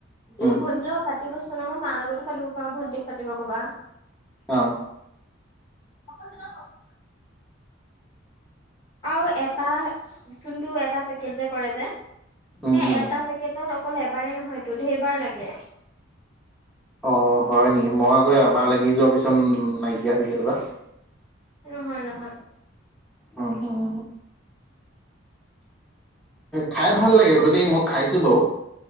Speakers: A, on the left; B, in the centre.
A: তুম
B: উম
A: ভনী লগত পাতি ব চোন আমাৰ মাৰ লগতো পাতিব পাৰা ভণ্টিক পাতি কবা।
B: অৱ।
A: <inaudible> আৰু এটা যোনটো এটা পেকেট যে কৰে যে সেই
B: উম উম
A: এটা কেটত অকল এবাৰেই নহয় ধধেইবাৰ লাগে।
B: অ', হয় নেকি মই আকৌ এবাৰ লাগি যোৱাৰ পিছত নাইকিয়া হৈ যায়বা।
A: নহয় - নহয়
B: অ', অ', খাই ভাল লাগে গোটেই মই খাইছোঁ বাৰু